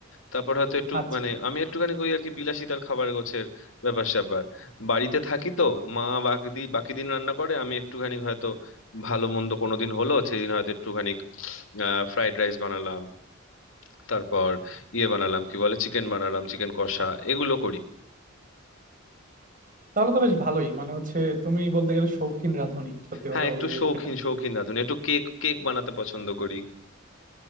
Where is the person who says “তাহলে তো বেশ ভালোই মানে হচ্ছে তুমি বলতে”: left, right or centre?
Right